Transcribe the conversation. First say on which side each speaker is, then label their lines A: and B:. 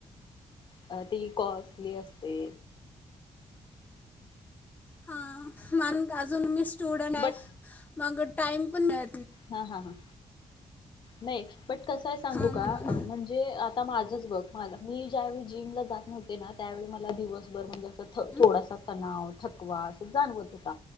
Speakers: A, on the left; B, on the left.
A: अ ती कॉस्टली असते
B: हा मग अजून मी शी स्टूडंड आय
A: बट
B: मग टाइम पण मिळ
A: हा हा हा नई बट कसय सांगू
B: हां म्हणून
A: का अ म्हणजे आता माझच बघ मला मी ज्यावेळी जिमला जात नव्हते ना त्यावेळी मला दिवसभर म्हणजे अस थ
B: हं?
A: थोडासा तणाव, थकवा अस जाणवत होता